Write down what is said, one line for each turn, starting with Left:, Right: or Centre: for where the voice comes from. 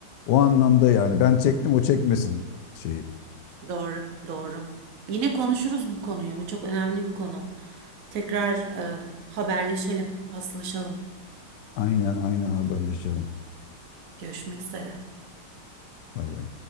Left: O anlamda yani ben çektim o çekmesin şeyi.
Right: doğru, doğru. Yine konuşuruz bu konuyu. Bu çok önemli bir konu. Tekrar e, haberleşelim, paslaşalım.
Left: Aynen aynen haberleşelim.
Right: Görüşmek üzere.
Left: Bay bay.